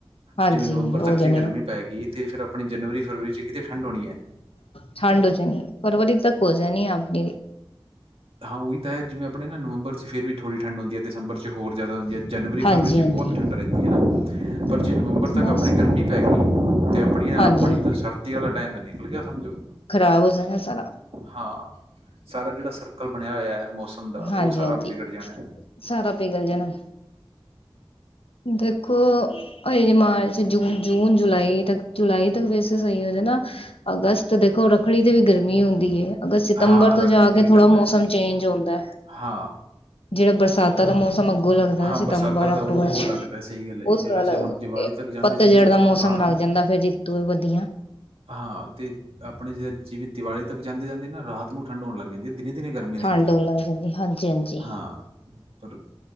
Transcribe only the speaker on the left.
ਹਾਂਜੀ
ਹੋ
ਜਾਣੀ
ਹੈ
ਠੰਡ ਚ ਫਰਵਰੀ ਤੱਕ ਹੋਣ ਜਾਣੀ ਅਗੇ।
ਹਾਂਜੀ
ਹਾਂਜੀ
ਬਸ
ਹਾਂਜੀ
ਖਰਾਬ ਹੋ ਜਾ ਨਾ ਸਾਰਾ।
ਹਾਂਜੀ
ਹਾਂਜੀ
ਸਾਰਾ ਪਿਗਲ ਜਾਣਾ। ਦੇਖੋ ਹਜੇ ਜ ਮਾਰਚ ਜੂਨ ਜੂਨ ਜੁਲਾਈ ਤੱਕ ਜੁਲਾਈ ਤੱਕ ਵਸ। ਸਹੀ ਹੋ ਜਾ ਨਾ ਅਗਸਤ ਦੇਖੋ ਰੱਖੜੀ ਤੇ ਵੀ ਗਰਮੀ ਹੁੰਦੀ ਹੈ। ਅਗਰ ਸਤੰਬਰ
ਤੋਂ
ਜਾ
ਕੇ
ਥੋੜਾ
ਮੌਸਮ
ਚੇਂਜ ਹੁੰਦਾ ਹੈ
ਜਿਹੜਾ ਬਰਸਾਤ। ਉਦ ਤਾਂ ਮੌਸਮ ਅੱਗੋ ਲਗਦਾ
ਸਤੰਬਰ,
ਅਕਤੂਬਰ
ਚ
ਉਹ ਸੋਹਣਾ
ਲੱਗਦਾ,
ਪੱਤਝੜ
ਦਾ ਮੌਸਮ
ਲੱਗ
ਜਾਂਦਾ ਫੇਰ ਰਿੱਤੂ ਵਧੀਆ।
ਠੰਡ ਹੋਣ
ਲੱਗ ਜਾਂਦੀ ਹਾਂਜੀ ਹਾਂਜੀ